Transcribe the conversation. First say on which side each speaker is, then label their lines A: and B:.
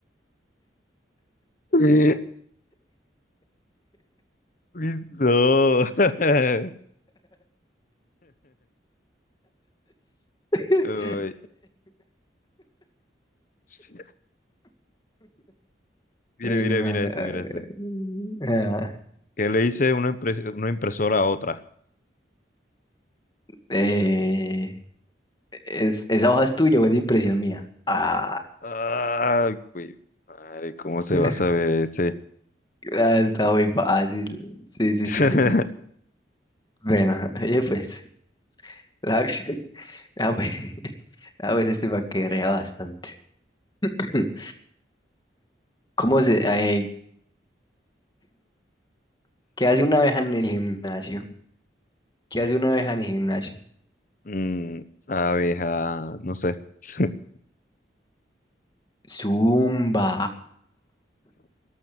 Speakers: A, on the left; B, on the left.
A: Eh, Uy, No. <laughs>
B: <laughs>
A: Uy. sí. Mire,
B: Eh,
A: mire,
B: no,
A: mira este,
B: eh,
A: mira este.
B: ah,
A: ¿Qué le dice una, impres- una impresora a otra?
B: eh, es, esa hoja es tuya o es impresión mía. Ah,
A: Ay, güey, madre, ¿cómo se
B: <laughs>
A: va a saber ese?
B: ah, está muy fácil. Sí, sí,
A: <laughs>
B: sí, sí, sí. Bueno, oye, pues. Ah, <laughs> ah, pues, <laughs> ah, pues este paquetea bastante. <laughs> ¿Cómo se, eh, qué hace una abeja en el gimnasio? ¿Qué hace una abeja en el gimnasio?
A: Mm, abeja, no sé. <laughs>
B: Zumba.